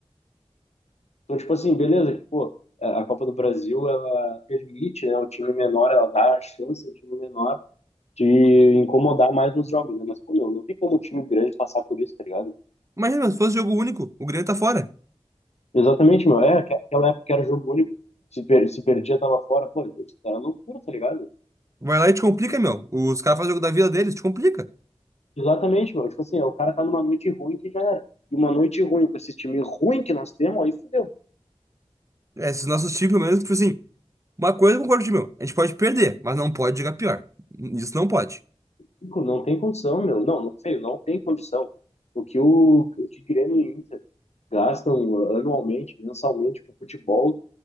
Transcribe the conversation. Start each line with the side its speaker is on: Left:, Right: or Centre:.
Left: Então, tipo assim, beleza, que, pô, é, a Copa do Brasil, ela permite, né, o time menor, ela dá a chance ao time menor de incomodar mais nos jogos, né? Mas, pô, meu, não tem como o time grande passar por isso, tá ligado?
Right: Imagina, se fosse jogo único, o Grêmio tá fora.
Left: Exatamente, meu. É, aque- aquela época que era jogo único. Se, per- se perdia, tava fora. Pô, era loucura, tá ligado?
Right: Vai lá e te complica, meu. Os caras fazem o jogo da vida deles, te complica.
Left: Exatamente, meu. Tipo assim, é, o cara tá numa noite ruim que já era. E uma noite ruim com esse time ruim que nós temos, aí fudeu.
Right: É, Esses nossos times, pelo menos, tipo assim, uma coisa eu concordo, meu, a gente pode perder, mas não pode jogar pior. Isso não pode.
Left: Nico, Não tem condição, meu. Não, não, feio, não tem condição. O que o, o que Grêmio e Inter gastam anualmente, mensalmente com futebol,